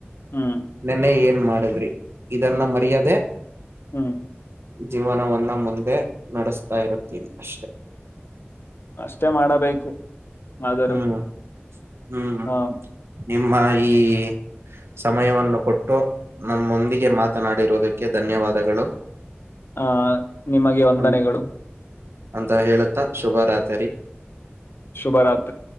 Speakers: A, on the left; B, on the right.
A: ಹ್ಮ್
B: ನಿನ್ನೆ ಏ ಏನ್ ಮಾಡಿದ್ರಿ ಇದನ್ನ ಮರ್ಯಾದೆ
A: ಹ್ಮ್
B: ಜೀವನವನ್ನ ಮುಂದೆ ನಡೆಸ್ತಾ ಇರುತ್ತೀನಿ ಅಷ್ಟೆ
A: ಅಷ್ಟೇ ಮಾಡಬೇಕು ಆದರೂ
B: ಹ್ಮ್ ಹ್ಮ್
A: ಹಾ
B: ನಿಮ್ಮ ಈ ಸಮಯವನ್ನು ಕೊಟ್ಟು ನಮ್ಮೊಂದಿಗೆ ಮಾತನಾಡಿರುವುದಕ್ಕೆ ಧನ್ಯವಾದಗಳು
A: ಹ ನಿಮಗೆ ವಂದನೆಗಳು
B: ಅಂ ಅಂತ ಹೇಳುತ್ತಾ ಶುಭ ರಾತ್ರಿ ಸರಿ
A: ಶುಭರಾತ್ರಿ